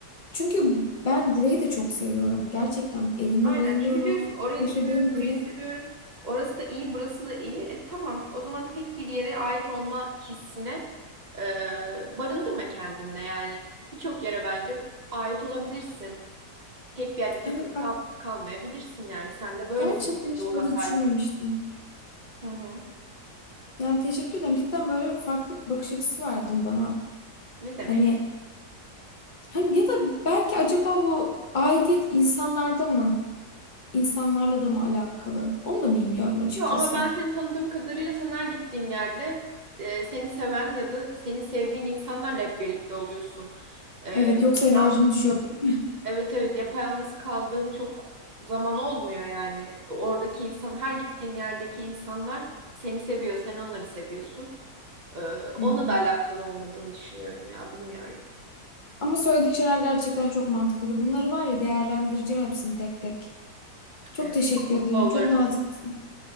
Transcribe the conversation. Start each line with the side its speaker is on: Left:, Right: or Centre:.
Left: çünkü ben burayı da çok seviyorum. Gerçekten evime
Right: Aynen.
Left: bayılıyorum.
Right: Çünkü diyorsun orayı
Left: Yaşadığım
Right: seviyorum, burayı
Left: yere.
Right: seviyorum. Orası da iyi, burası da iyi. E, tamam. O zaman tek bir yere ait olma hissine e, barındırma kendinde yani. Birçok yere bence ait olabilirsin. tek bir yerde takılı
Left: Evet
Right: kal
Left: bak
Right: kalmayabilirsin yani. Sen de böyle
Left: gerçekten
Right: bir
Left: hiç
Right: ruha
Left: böyle
Right: sahip.
Left: düşünmemiştim.
Right: Hı hı.
Left: Yani teşekkür ederim. Cidden böyle farklı bir bakış açısı verdin bana.
Right: Ne demek?
Left: Hani, hani ya da belki acaba bu aidiyet insanlarda mı? insanlarla da mı alakalı? Onu da bilmiyorum açıkçası.
Right: Yo ama ben seni tanıdığım kadarıyla sen her gittiğin yerde e, seni seven ya da seni sevdiğin insanlarla hep birlikte oluyorsun. E,
Left: Evet yoksa enerjim
Right: yan,
Left: düşüyor. benim.
Right: evet evet yapayalnız kaldığın çok zaman olmuyor yani. Oradaki insan her gittiğin yerdeki insanlar seni seviyor. Sen onları seviyorsun. E,
Left: <laughs> Hı
Right: onunla
Left: hı.
Right: da alakalı olmadığını düşünüyorum ya bilmiyorum.
Left: Ama söylediğin şeyler gerçekten çok mantıklıydı. Bunları var ya değerlendireceğim hepsini tek tek. Çok
Right: Evet,
Left: teşekkür
Right: çok mutlu
Left: ederim.
Right: olurum.
Left: Çok naziksin.